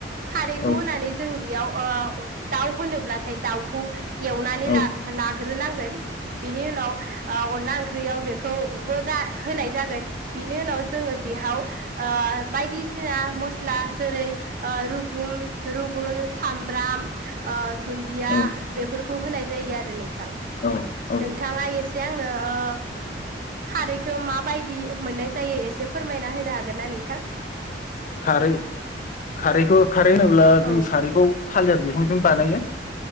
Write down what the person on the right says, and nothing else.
खारैखौ
होनानै जोङो बेयाव ओ दाउ होनोब्लाथाय दाउखौ एवनानै
ला लाग्रोनांगोन बे बेनि उनाव ओ अनला ओंख्रि ओंख्रियाव बेखौबो गार होनाय जागोन। बिनि उनाव जोङो बिहाव ओ बायदिसिना मस्ला जेरै रुगुन रुगुन सामब्राम ओ धुन्दिया
बेफोर खौ होनाय जायो आरो नों थां
नोंथाङा एसे आंनो ओ खारैखौ माबायदि मोननाय जायो एसे फोरमायना होनो हागोनना नोंथां?
औ